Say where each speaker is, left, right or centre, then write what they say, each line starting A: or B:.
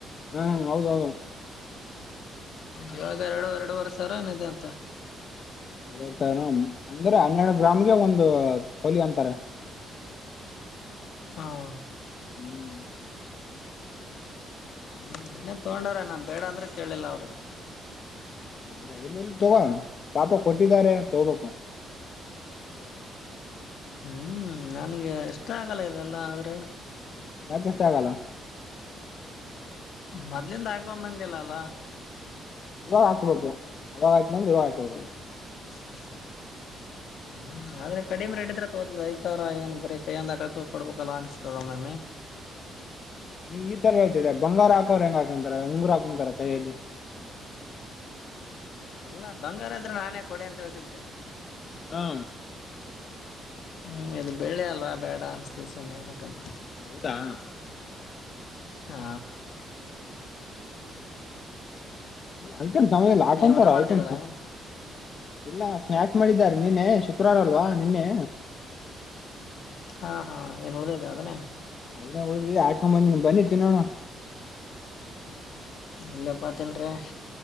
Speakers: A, on the left; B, on the left.
A: ಹ್ಮ್ ಹೌದ ಹೌದು
B: ಇವಾಗ ಎರಡು ಎರಡುವರೆ ಸಾವಿರ ಏನ ಇದೆ ಅಂತೆ.
A: ಎ ಅಂದ್ರ ಹನ್ನೆರಡು ಗ್ರಾಮ್ಗೆ ಒಂದು ತೊಲಿ ಅಂತಾರೆ
B: ಹೌದ
A: ಹ್ಮ್
B: ಹ್ಮ ಮೊನ್ನೆ ತಗೊಂಡರ ಅವ್ರು ನಾನ್ ಬೇಡ ಅಂದ್ರ ಕೇಳಲಿಲ್ಲ ಅವ್ರು
A: ಹೌದಾ ಎಲ್ಲ ತಗೋ ಪಾಪ ಕೊಟ್ಟಿದ್ದಾರೆ ಅ ತಗೋಬೇಕು
B: ಹ್ಮ್ ನನ್ಗೆ ಇಷ್ಟ ಆಗಲ್ಲ ಇದೆಲ್ಲ ಆದ್ರೆ
A: ಯಾಕ ಇಷ್ಟ ಆಗಲ್ಲ
B: ಮೊದ್ಲಿಿಂದ ಆಕೊಂಬಂದಿಲ್ಲ ಅಲ್ಲಾ
A: ಇವಾಗ ಹಾಕ್ಬೇಕು ಅವಾಗ ಆಕಿಲ್ಲ ಅಂದ್ರೆ ಇವಾಗ ಹಾಕಬೇಕು
B: <inaudible> ಹ್ಮ್ ಆದ್ರೆ ಕಡಿಮೆ ರೇಟಿದ್ರೆ ತೋತದ ಐದ್ ಸಾವರ ಏನ್ ಬರೆ ಕೈಯಂದ ಹಕೊಬೇಕ ಅಲ್ಲ ಅನ್ಸ್ತದ ಒಮಮ್ಮೆ
A: ನೀ ಈ ತರ ಹೇಳ್ತಿದ್ದಿದೆ ಬಂಗಾರ ಹಾಕೋರ ಹೆಂಗ ಹಾಕೊಂತಾರೆ ಉಂಗರು ಹಾಕಂತ ಕೈಯಲ್ಲಿ
B: ಅಲ್ಲಾ ಬಂಗಾರದ್ರೆ ನಾನೇ ಕೊಡೆ ಅಂತ ಹೇಳ್ತಿದ್ದೆ
A: ಹಾ
B: ಹ್ಮ್ ಇದು ಬೆಳಿ ಅಲ್ಲ ಬೇಡ ಅನ್ಸ್ತ ಸಣ ಏನಕ್ಕಂತ
A: ಹೌದಾ
B: ಹಾ
A: ಅದಕೇನ ಸಂಬಂಧಇಲ್ಲ ಆಕ್ಯಾಂತರ
B: ಏನ್ ಊಟ ಮಾಡ್ತಿದಾರಾ
A: ಅದಕೇನ ಸಂಬ ಇಲ್ಲ ಸ್ನಾಕ್ಸ ಮಾಡಿದ್ದಾರೆ ನಿನ್ನೆ ಶುಕ್ರವಾರ ಅಲ್ವಾ ನಿನ್ನೆ
B: ಹಾ ಹಾ ಏನ್ ಉಳ್ದಅದೆ ಮನೆಗ
A: ಅದನ್ನೇ ಉಳಿದಿ ಹಾಕೊ ಬಂದಿನಿ ಬನ್ನಿ ತಿನ್ನೋಣ
B: ಇಲ್ಲ ಪಾ ತಿನ್ರಿ